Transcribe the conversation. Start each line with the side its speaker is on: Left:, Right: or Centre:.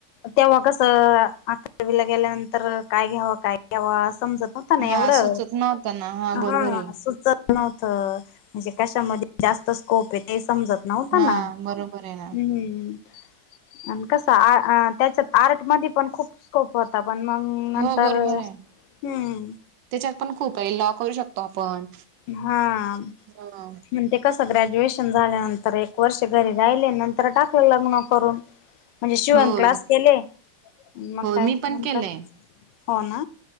Left: तेव्हा कस अकरावीला गेल्यानंतर काय घ्यावं काय घ्याव समजत नव्हतं ना
Right: हा
Left: एवढं
Right: सुचत नव्हतं ना
Left: हा,
Right: बरोबर आहे.
Left: सुचत नव्हतं म्हणजे कशामध्ये जास्त स्कोप आहे ते समजत नव्हतं
Right: हा
Left: ना हम्म
Right: बरोबर आहे ना.
Left: आणि कस आ त्याच्यात आर्ट म पण खूप स्कोप होता पण मग नंतर
Right: हो बरोबर
Left: हम्म.
Right: आहे त्याच्यात पण खूप आहे लॉ करू शकतो आपण
Left: हा म्हणते
Right: ह
Left: कस ग्रॅज्युएशन झाल्यानंतर एक वर्ष घरी राहिले नंतर टाकलं लग्न करून म्हणजे शिवण
Right: होय
Left: क्लास केले मग
Right: होय
Left: काय
Right: मी पण
Left: मंग
Right: केलंय
Left: तर, हो ना.